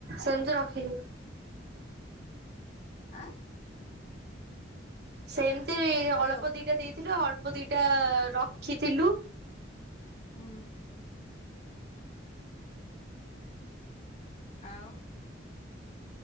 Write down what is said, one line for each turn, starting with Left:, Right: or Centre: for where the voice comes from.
Right: ସେମତି ରଖିନି।
Left: ଆଁ
Right: ସେମତି ଅଳ୍ପ
Left: ହ୍ୟାଲୋ
Right: ଦିଟା ଦେଇଥିଲୁ ଅଳ୍ପ ଦିଟା ରଖିଥିଲୁ।
Left: ହୁଁ। ଆଉ